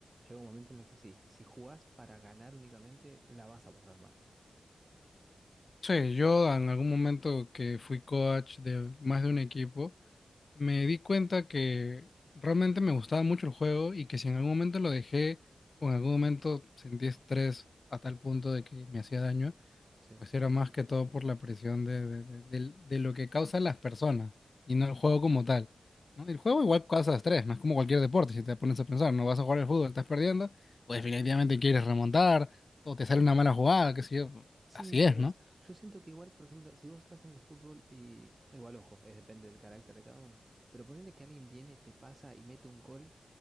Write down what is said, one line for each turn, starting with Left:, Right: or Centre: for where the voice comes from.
Right: llega un momento en el que sí, si jugás para ganar únicamente, la vas a pasar mal.
Left: Sí, yo en algún momento que fui coach de más de un equipo, me di cuenta que realmente me gustaba mucho el juego y que si en algún momento lo dejé o en algún momento sentí estrés a tal punto de que me hacía daño,
Right: Sí,
Left: Pues era más que todo por la presión de, de- de- del- de lo que causan las personas y no el juego como tal, ¿no? El juego igual causa estrés, no es como cualquier deporte, si te pones a pensar, no vas a jugar al fútbol, estás perdiendo, pues
Right: claro.
Left: definitivamente quieres remontar, o te sale una mala jugada, qué sé yo,
Right: Sí,
Left: así
Right: pero
Left: es, ¿no?
Right: yo siento que igual, por ejemplo, si vos estás en el fútbol y igual, ojo, es depende del carácter de cada uno, pero ponerle que alguien viene, te pasa y mete un gol,